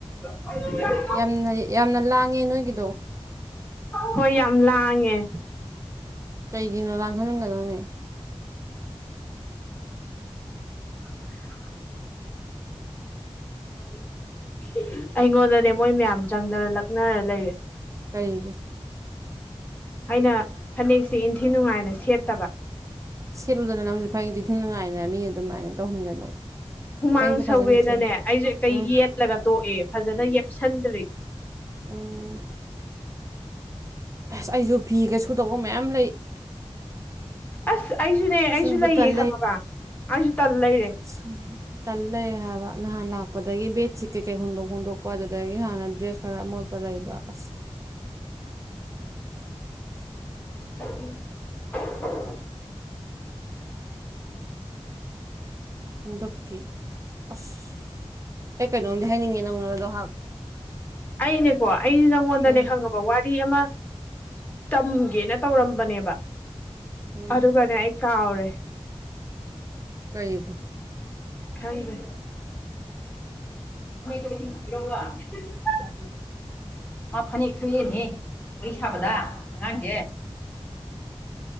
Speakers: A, on the left; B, on the right.
A: <unintelligible>
B: ꯌꯥꯝꯅ ꯌꯥꯝꯅ ꯂꯥꯡꯉꯦ ꯅꯣꯏꯒꯤꯗꯣ꯫
A: ꯍꯣꯏ ꯌꯥꯝ ꯂꯥꯡꯉꯦ꯫
B: ꯀꯩꯒꯤꯅꯣ ꯂꯥꯡꯍꯟꯒꯅꯣꯅꯦ꯫
A: <inaudible> <inaudible> ꯑꯩꯉꯣꯟꯗꯅꯦ ꯃꯣꯏ ꯃꯌꯥꯝ ꯆꯪꯗꯅ ꯂꯛꯅꯔ ꯂꯩꯔꯦ꯫
B: ꯀꯩꯒꯤ꯫
A: ꯑꯩꯅ ꯐꯅꯦꯛꯁꯦ ꯏꯟꯊꯤ ꯅꯨꯡꯉꯥꯏꯅ ꯁꯦꯠꯇꯕ꯫
B: ꯁꯦꯠꯂꯨꯗꯅ ꯅꯪꯁꯨ ꯐꯅꯦꯛ ꯏꯡꯊꯤ ꯅꯨꯡꯉꯥꯏꯅ ꯃꯤ ꯑꯗꯨꯃꯥꯏꯅ ꯇꯧꯍꯟꯒꯅꯨ꯫
A: ꯍꯨꯃꯥꯡ
B: ꯐꯅꯦꯛꯇꯣ ꯐꯖꯅ
A: ꯁꯧꯋꯦꯅꯅꯦ
B: ꯁꯦꯠꯂꯨ
A: ꯑꯩꯁꯦ ꯍꯦꯛꯇ
B: ꯎꯝ
A: ꯌꯦꯠꯂꯒ ꯇꯣꯛꯑꯦ ꯐꯖꯅ ꯌꯦꯞꯁꯟꯗ꯭ꯔꯤ꯫
B: ꯎꯝ ꯑꯁ ꯑꯩꯁꯨ ꯐꯤꯒ ꯁꯨꯗꯧꯕ ꯃꯌꯥꯝ ꯂꯩ <unintelligible>
A: ꯑꯁ ꯑꯩꯁꯨꯅꯦ ꯑꯩꯁꯨ
B: ꯁꯨꯕ
A: ꯂꯩꯌꯦ
B: ꯇꯟ
A: ꯈꯪꯉꯕ ꯑꯩꯁꯨ ꯇꯟ ꯂꯩꯔꯦ꯫
B: <unintelligible> ꯇꯟ ꯂꯩꯔꯦ ꯍꯥꯏꯕ ꯅꯍꯥꯟ ꯂꯥꯛꯄꯗꯒꯤ ꯕꯦꯠꯁꯤꯠ ꯀꯩꯀꯩ ꯍꯣꯡꯗꯣꯛ ꯍꯣꯡꯗꯣꯛꯄ ꯑꯗꯨꯗꯒꯤ ꯍꯥꯟꯅ ꯗ꯭ꯔꯦꯁ ꯈꯔ ꯑꯃꯣ ꯄ ꯂꯩꯕ ꯑꯁ <unintelligible>
A: <inaudible>
B: ꯍꯟꯗꯛꯀꯤ ꯑꯁ ꯑꯩ ꯀꯩꯅꯣꯝꯗꯤ ꯍꯥꯏꯅꯤꯡꯉꯦ ꯅꯪꯉꯣꯟꯗ ꯗꯣ
A: ꯑꯩꯅꯦꯀꯣ ꯑꯩꯖꯨ ꯅꯪꯉꯣꯟꯗꯅꯦ
B: ꯎꯝ
A: ꯈꯪꯉ ꯋꯥꯔꯤ ꯑꯃ ꯇꯝꯒꯦꯅ ꯇꯧꯔꯝꯕꯅꯦꯕ
B: ꯎꯝ
A: ꯑꯗꯨꯒꯅꯦ ꯑꯩ ꯀꯥꯎꯔꯦ
B: ꯀꯩꯕꯨ
A: ꯈꯪꯗꯦ <unintelligible> ꯃꯥ ꯐꯅꯦꯛ ꯊꯣꯛꯑꯦꯅꯦꯍꯦ ꯋꯥꯔꯤ ꯁꯥꯕꯗ ꯑꯉꯥꯡꯖꯦ